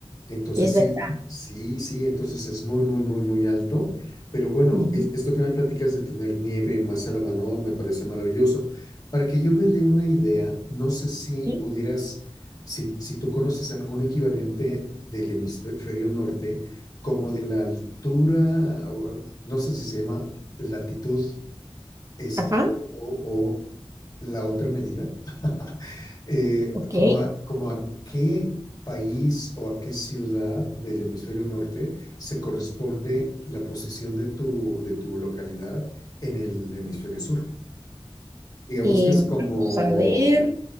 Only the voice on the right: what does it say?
Es verdad.
Ujú,
Sí.
Ajá.
Ok.
Eh,
vamos
a ver,